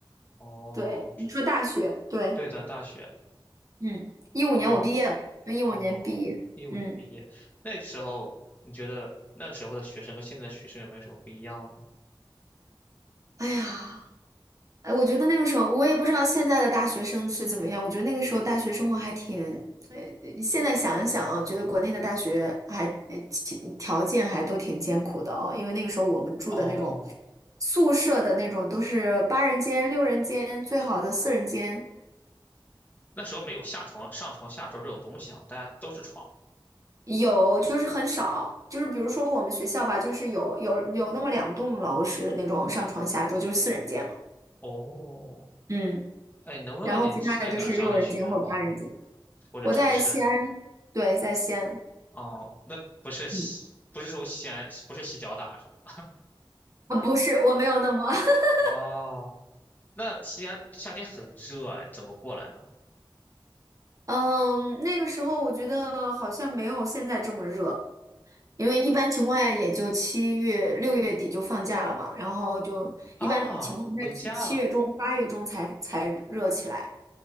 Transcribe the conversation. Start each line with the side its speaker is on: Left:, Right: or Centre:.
Left: 哦，
Right: 对，你说大学，对，
Left: 对的，大学。
Right: 嗯嗯一五年我毕业了，
Left: 哦
Right: 一五年毕业。
Left: 哦，一五年毕业，
Right: 嗯，
Left: 那时候你觉得那时候的学生跟现在的学生有没有什么不一样呢？
Right: 哎呀。哎，我觉得那个时候，我也不知道现在的大学生是怎么样。我觉得那个时候大学生活还挺，呃，现在想一想啊，觉得国内的大学还呃其条件还都挺艰苦的哦。因为那个时候我们住的那种
Left: 哦，
Right: 宿舍的那种都是八人间、六人间，最好的四人间
Left: 那时候没有下床、上床下桌这种东西啊，大家都是床。
Right: 有，就是很少。就是比如说我们学校吧，就是有有有那么两栋楼是那种上床下桌，就是四人间嘛。
Left: 哦，
Right: 嗯，
Left: 哎，能问问你是在哪儿上的学吗？
Right: 然后其他的就是六人间或八人间。
Left: 或者城市？
Right: 我在西安，对，在西安。
Left: 哦，那不是西，
Right: 嗯，
Left: 不是说西安，不是西交大是吗？
Right: 啊，不是，我没有那么，<laughs>
Left: 哦，那西安夏天很热哎，怎么过来呢？
Right: 嗯，那个时候我觉得好像没有现在这么热，因为一般情况下也就七月、六月底就放假了嘛，然后就一般情况下七七月中、
Left: 啊，回家了。
Right: 八月中才才热起来。